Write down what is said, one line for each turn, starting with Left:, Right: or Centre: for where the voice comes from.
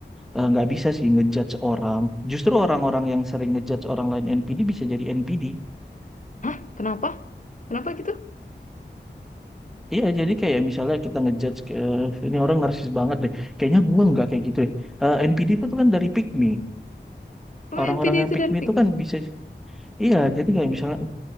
Centre: eh, nggak bisa sih ngejudge orang. Justru orang-orang yang sering ngejudge orang lain NPD bisa jadi NPD.
Left: Hah? Kenapa? Kenapa gitu?
Centre: Iya, jadi kayak misalnya kita ngejudge ke ini orang narsis banget deh. Kayaknya gua nggak kayak gitu ya. Eh, NPD itu tuh kan dari pick me.
Left: Oh,
Centre: Orang-orang
Left: NPD
Centre: yang
Left: itu
Centre: pick
Left: dan
Centre: me
Left: Pink.
Centre: itu kan bisa iya, jadi kayak misalnya